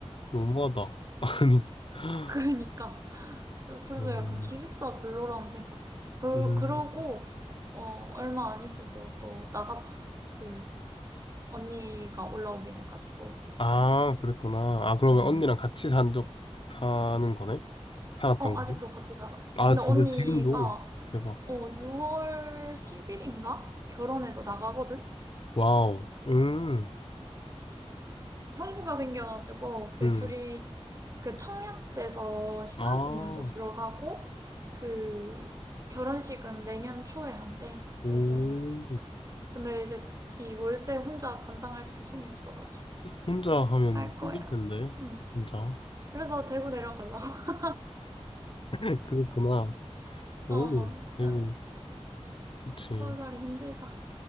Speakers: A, on the left; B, on the right.
A: 너무하다. <laughs> 아니
B: 그러니까 그래서
A: 음,
B: 약간 기숙사 별로라고 생각했어. 그
A: 음.
B: 그러고 어 얼마 안 있어서 또 나갔어. 그, 언니가 올라오게 돼가지고.
A: 아 그랬구나. 아 그러면
B: 음.
A: 언니랑 같이 산 적 사는 거네? 살았던
B: 어,
A: 거네?
B: 아직도 같이 살아.
A: 아
B: 근데
A: 진짜
B: 언니가
A: 지금도 대박.
B: 어, 6월 10일인가? 결혼해서 나가거든?
A: 와우. 음,
B: 형부가 생겨가지고 그
A: 음.
B: 둘이 그 청약돼서 신혼집
A: 아,
B: 먼저 들어가고 그 결혼식은 내년 초에 한대.
A: 오.
B: 그래서 근데 이제 이 월세 혼자 감당할 자신이 없어가지고
A: 혼자 하면
B: 할 거야.
A: 힘들 텐데
B: 응.
A: 진짜.
B: 그래서 대구 내려가려고. <laughs>
A: <laughs> 그렇구나. 오,
B: 어,
A: 대구
B: 어.
A: 좋지.
B: 서울 살이 힘들다.